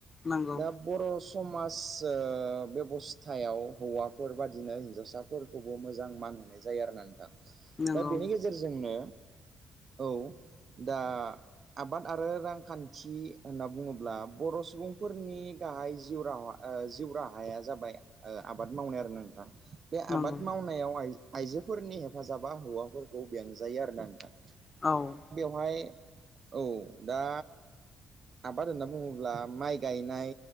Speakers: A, on the left (about 30°); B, on the right (about 45°).
A: नंगौ
B: दा बर' समाज ओ बेब'स्थायाव हौवाफोर बादिनो हिनजावसा फोरखौबो मोजां मान होनाय जायो आरोना नोंथां। दा
A: नंगौ
B: बेनि गेजेरजोंनो औ दा आबाद आरो रांखान्थि होनना बुङोब्ला बर' सुबुंफोरनि गाहाय जिउ राहा ओ जिउ राहाया जाबाय ओ आबाद मावनाय आरोना नोंथां । बे
A: नंगौ
B: आबाद मावनायाव आइजोफोरनि हेफाजाबा हौवाफोरखौ बेंजायो आर ना नोंथां।
A: औ
B: ओमफाय औ दा आबाद होनना बुङोब्ला माइ गायनाय